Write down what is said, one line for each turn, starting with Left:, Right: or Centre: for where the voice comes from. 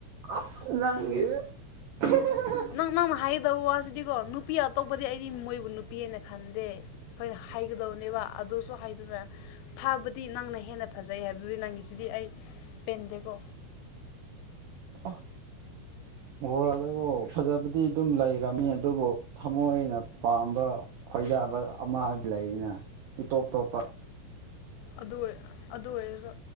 Right: ꯑꯁ ꯅꯪꯦ <unintelligible>
Left: ꯅꯪ ꯅꯪꯅ ꯍꯥꯏꯒꯗꯕ ꯋꯥꯁꯤꯗꯤꯀꯣ ꯅꯨꯄꯤ ꯑꯇꯣꯞꯄꯗꯤ ꯑꯩꯗꯤ ꯃꯣꯏꯕꯨ ꯅꯨꯄꯤꯑꫭꯏꯅ ꯈꯟꯗꯦ ꯍꯣꯏꯅ ꯍꯥꯏꯒꯗꯧꯅꯦꯕ ꯑꯗꯨꯁꯨ ꯍꯥꯏꯗꯅ ꯐꯕꯗꯤ ꯗꯤ ꯅꯪꯅ ꯍꯦꯟꯅ ꯐꯖꯩ ꯍꯥꯏꯕꯗꯨꯗꯤ ꯅꯪꯒꯤꯁꯤꯗꯤ ꯑꯩ ꯄꯦꯟꯗꯦꯀꯣ
Right: ꯑ <unintelligible> ꯣꯔꯗꯕꯨ ꯐꯖꯕꯗꯤ ꯑꯗꯨꯝ ꯂꯩꯔꯝꯃꯤ ꯑꯗꯨꯕꯨ ꯊꯃꯣꯏꯅ ꯄꯥꯝꯕ ꯈꯣꯏꯗꯕ ꯑꯃ ꯂꯩꯅ ꯏꯇꯣꯞ ꯇꯣꯞꯄ
Left: ꯑꯗꯨ ꯑꯣꯏꯔ ꯑꯗꯨ ꯑꯣꯏꯔꯁꯨ